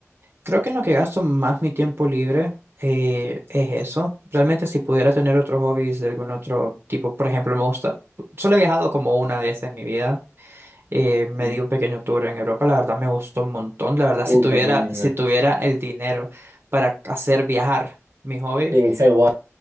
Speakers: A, on the right; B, on the right.
A: Creo que en lo que gasto más mi tiempo libre eh, es eso. Realmente si pudiera tener otros hobbies de algún otro tipo, por ejemplo, me gusta, solo he viajado como una vez en mi vida. Eh, me
B: Sí.
A: di un pequeño tour en Europa, la verdad me gustó un montón. La verdad, si
B: Uy,
A: tuviera,
B: qué lindo.
A: si tuviera el dinero para hacer viajar mi hobby,
B: Sí, yo igual.